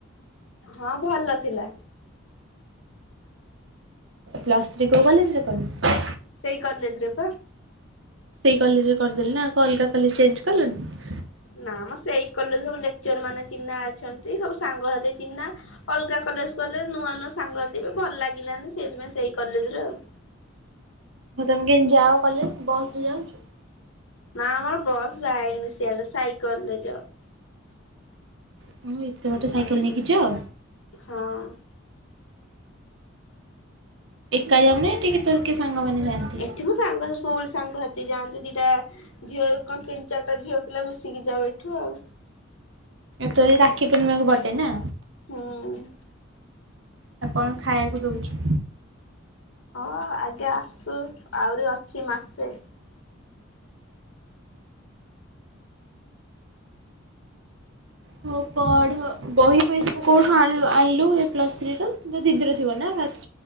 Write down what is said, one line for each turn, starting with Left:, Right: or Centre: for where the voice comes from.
Left: ହଁ ଭଲ ଥିଲା।
Right: ପ୍ଲସ୍ ଥ୍ରୀ କୋଉ କଲେଜ ରେ କଲୁ?
Left: ସେଇ କଲେଜରେ ପା।
Right: ସେଇ କଲେଜରେ କରିଦେଲୁ ନା ଅଲଗା କଲେ ଚେଞ୍ଜ କଲୁନି?
Left: ନା ମ ସେଇ କଲେଜରେ ସବୁ ଲେକ୍ଚର ମାନେ ଅ ଚିହ୍ନା ଅଛନ୍ତି ସବୁ ସାଙ୍ଗ ହାତୀ ଚିହ୍ନା ଅଲଗା କଲେଜ ଗଲେ ନୂଆ ନୂଆ ସାଙ୍ଗ ହାତୀ ବି ଭଲ ଲାଗିଲା ସେଇଥିପାଇଁ ସେଇ କଲେଜ ର ଆଉ।
Right: ହଁ ତମେ କେମିତି ଯାଓ କଲେଜ ବ ଯାଉଛୁ।
Left: ନା ଆମର ବସ୍ ଯାଏନି ସେଆଡେ ସାଇକେଲରେ ଯାଉ।
Right: ତୁମେ ଏତେ ବାଟ ସାଇକେଲ ନେଇକି ଯାଅ?
Left: ହଁ।
Right: ଏକା ଯାଉନି ଟିକେ ତୋଏ କିଏ ସାଙ୍ଗ ମାନେ ଯାଆନ୍ତି?
Left: ଏଠି ମୋ ସାଙ୍ଗ ସ୍କୁଲ ସାଙ୍ଗ ହାତି ଯାଆନ୍ତୁ ଦିଟା ଝିଅ କଣ ତିନି ଚାରିଟା ଝିଅ ପିଲା ମିଶିକି ଯାଉ ଏଠୁ ଆଉ।
Right: ଏ ତୋର ଏଇ ରାକ୍ଷୀ ପଣ୍ଣିମାକୁ ବର୍ଡେ ନା?
Left: ହୁଁ।
Right: ବାପାଙ୍କୁ ଖାଇଆକୁ ଦଉଛି।
Left: ହଁ ଆଗେ ଆସୁ ଆହୁରି ଅଛି ମାସେ।
Right: ହଉ ପଢ ବହି ପହି ସବୁ, କୋଉଠୁ ଆଣିଲୁ ଆଣିଲୁ ଏଇ ପ୍ଲସ ଥ୍ରୀ ର। ତୋ ଦିଦିର ଥିବ ନା ଫାସ